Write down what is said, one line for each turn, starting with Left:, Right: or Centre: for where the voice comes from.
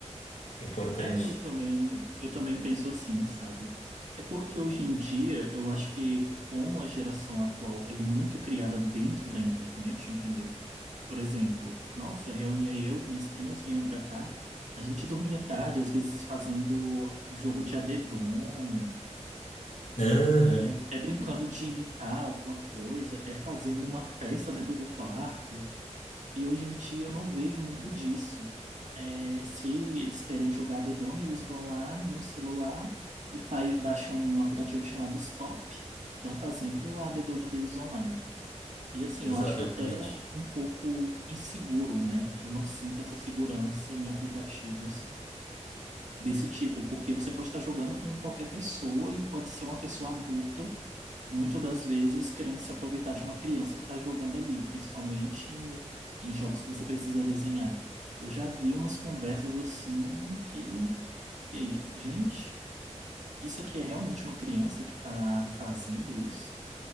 Left: É Importante.
Right: É, eu também, eu também penso assim, sabe? É porque hoje em dia eu acho que como a geração atual, ela é muito criada dentro da internet, entendeu? Por exemplo, nossa, reunia eu, minhas primas vinham pra cá, a gente dormia tarde, às vezes fazendo jogo de adedonha,
Left: Aham,
Right: É, é brincando de imitar alguma coisa, é fazendo uma festa dentro do quarto. E hoje em dia eu não vejo muito disso. É, se eles querem jogar dedonha, eles vão lá no celular e faz, baixam um aplicativo chamado Stop e estão fazendo a dedonha deles online. E assim,
Left: exatamente.
Right: eu acho até um pouco inseguro, né? Eu não sinto essa segurança em aplicativos desse tipo, porque você pode estar jogando com qualquer pessoa e pode ser uma pessoa adulta muitas das vezes querendo se aproveitar de uma criança que está jogando ali, principalmente em em jogos que você precisa desenhar. Eu já vi umas conversas assim que, fiquei, gente, isso aqui é realmente uma criança que está fazendo isso?